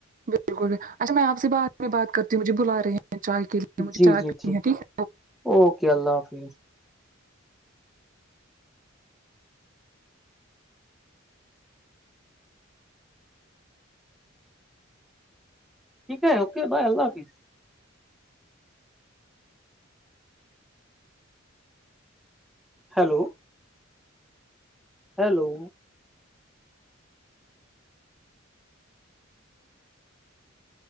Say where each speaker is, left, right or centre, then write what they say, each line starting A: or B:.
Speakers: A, on the right; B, in the centre.
A: بالکل بھی اچھا میں آپ سے بات میں بات کرتی ہوں مجھے بلا رہے ہیں چائے کے لیے
B: ہے
A: مجھے
B: جی
A: چائے
B: جی
A: پی ہے ٹھیک ہے
B: اوکے اللہ حافظ ٹھیک ہے اوک بائے اللہ حافظ ہیلو ہیلو